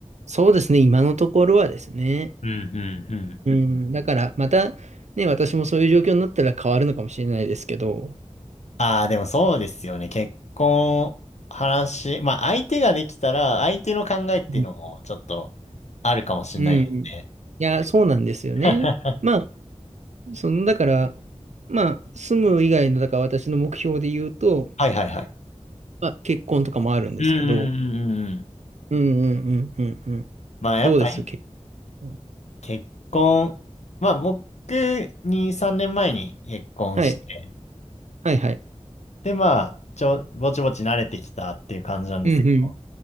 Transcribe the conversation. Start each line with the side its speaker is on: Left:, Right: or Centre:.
Right: そうですね、今のところはですね。
Left: うん、うん、うん。
Right: うん、だからまたね、私もそういう状況になったら変わるのかもしれないですけど、
Left: ああ、でもそうですよね。結婚、話、まあ相手ができたら、相手の考えっていうのもちょっと
Right: うん
Left: あるかもしれないですね。
Right: うん。いや、そうなんですよね。
Left: <laughs>
Right: まあ、その、だから、まあ、住む以外の、だから私の目標で言うと、
Left: はいはいはい。
Right: まあ、結婚とかもあるんですけど、
Left: うん、うん、うん、うんうん。
Right: うんうんうんうんうん。
Left: まあやっぱり
Right: どうです結婚。
Left: 結婚、まあ僕2、3年前に結婚して、
Right: はい。はいはい。
Left: でまあちょ、ぼちぼち慣れてきたっていう感じなんですけど、
Right: うんうん。